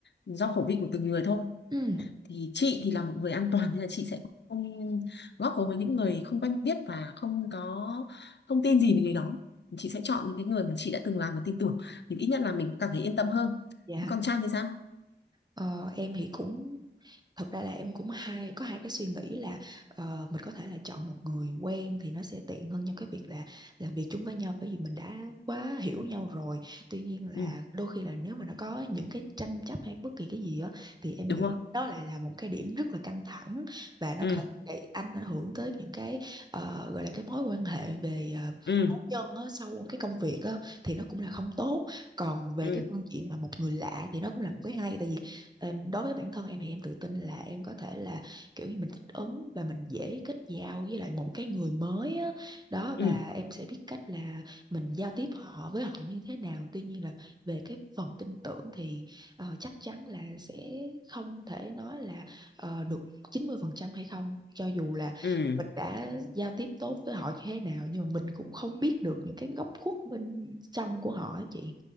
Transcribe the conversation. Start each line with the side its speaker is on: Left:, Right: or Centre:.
Left: do khẩu vị của từng người thôi
Right: Ừ,
Left: thì chị thì là một người an toàn nên là chị sẽ không góp vốn với những người không quen biết và không có thông tin gì về người đó chị sẽ chọn những cái người mà chị đã từng làm và tin tưởng thì ít nhất là mình cũng cảm thấy yên tâm hơn
Right: dạ
Left: còn Trang thì sao
Right: Ờ, em thì cũng thật ra là em cũng hay có hai cái suy nghĩ là ờ, mình có thể là chọn một người quen thì nó sẽ tiện hơn trong cái việc là làm việc chung với nhau bởi vì mình đã quá hiểu nhau rồi tuy nhiên là
Left: ừ
Right: đôi khi là nếu mà nó có những cái tranh chấp hay bất kỳ cái gì á thì em
Left: đúng
Right: nghĩ
Left: rồi
Right: đó lại là một cái điểm rất là căng thẳng và nó
Left: ừ
Right: có để anh ảnh hưởng tới những cái ờ, gọi là cái mối quan hệ về ờ,
Left: ừ
Right: cá nhân á, sau cái công việc á, thì nó cũng là không tốt còn về
Left: ừ
Right: cái phương diện mà một người lạ thì nó cũng là một cái hay tại vì Em, đối với bản thân em thì em tự tin là em có thể là kiểu như mình thích ứng và mình dễ kết giao với lại một cái người mới á. Đó
Left: ừ
Right: và em sẽ biết cách là mình giao tiếp họ với họ như thế nào. Tuy nhiên là về cái phần tin tưởng thì ờ, chắc chắn là sẽ không thể nói là ờ, được 90% hay không cho dù là
Left: ừ
Right: mình đã giao tiếp tốt với họ như thế nào nhưng mà mình cũng không biết được những cái góc khuất bên trong của họ á chị.